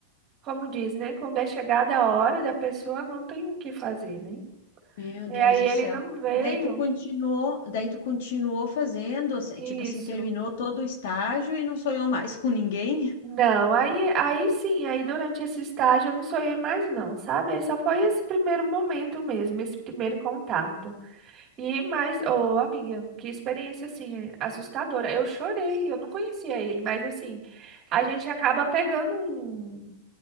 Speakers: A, on the right; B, on the left.
A: como diz, né? Quando é chegada a hora da pessoa, não tem o que fazer, né?
B: meu
A: E
B: Deus
A: aí
B: do
A: ele
B: céu.
A: não veio.
B: E daí tu continuou, daí tu continuou fazendo, assim,
A: Isso.
B: tipo assim, terminou todo o estágio e não sonhou mais com ninguém?
A: Não, aí, aí sim, aí durante esse estágio eu não sonhei mais não, sabe? Aí só foi esse primeiro momento mesmo, esse primeiro contato. E mais, ô amiga, que experiência assim, é assustadora. Eu chorei, eu não conhecia ele, mas assim, a gente acaba pegando um